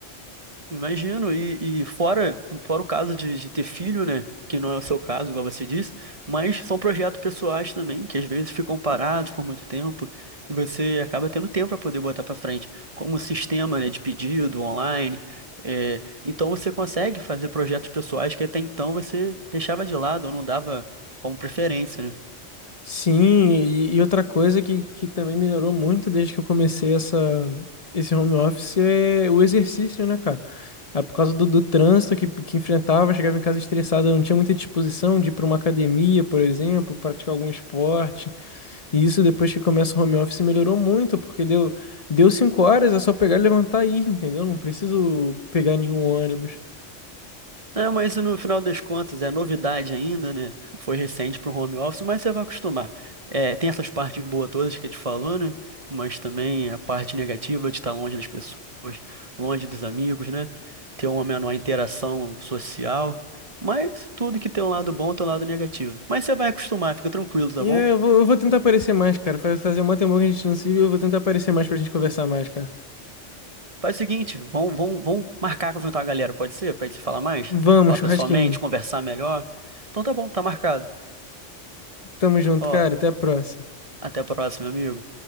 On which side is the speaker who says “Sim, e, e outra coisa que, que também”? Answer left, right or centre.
Left